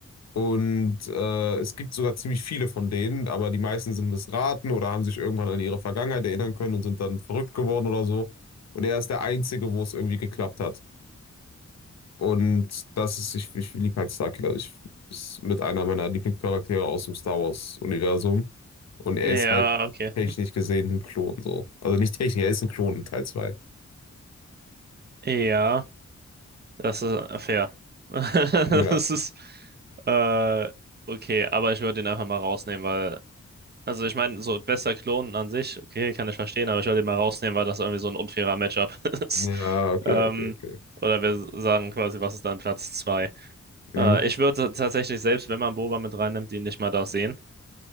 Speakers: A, on the left (about 65°); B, on the right (about 35°).
A: Und äh, es gibt sogar ziemlich viele von denen, aber die meisten sind missraten oder haben sich irgendwann an ihre Vergangenheit erinnern können und sind dann verrückt geworden oder so. Und er ist der Einzige, wo es irgendwie geklappt hat. Und das ist, ich, ich liebe halt Starkiller. Ich ist mit einer meiner Lieblingscharaktere aus dem Star Wars-Universum. Und er
B: ja,
A: ist halt
B: okay.
A: technisch gesehen ein Klon so. Also nicht technisch, er ist ein Klon in Teil zwei.
B: Ja. Das ist äh, fair. <laughs>
A: Ja.
B: Das ist, äh, okay, aber ich würde ihn einfach mal rausnehmen, weil, also ich meine, so bester Klon an sich, okay, kann ich verstehen, aber ich würde ihn mal rausnehmen, weil das irgendwie so ein unfairer Matchup <laughs> ist.
A: Ja, okay,
B: Ähm,
A: okay, okay.
B: oder wir sagen quasi, was ist dann Platz zwei
A: Mhm.
B: Äh, ich würde tatsächlich, selbst wenn man Boba mit reinnimmt, ihn nicht mal da sehen.